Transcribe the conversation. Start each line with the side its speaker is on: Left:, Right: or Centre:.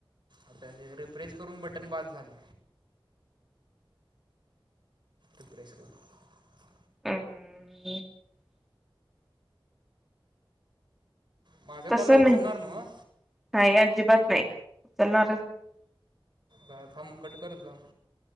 Right: आता रिफ्रेश करून बटन बाद झाले, रिफ्रेश करतो.
Centre: <unintelligible>
Right: माझ्या
Centre: तस
Right: कॉलला उचलणार
Centre: नाही.
Right: ना
Centre: <inaudible> नाही अजजिबात नाही. उचलणारच नाही. <inaudible>
Right: ग थांब कट करत जा.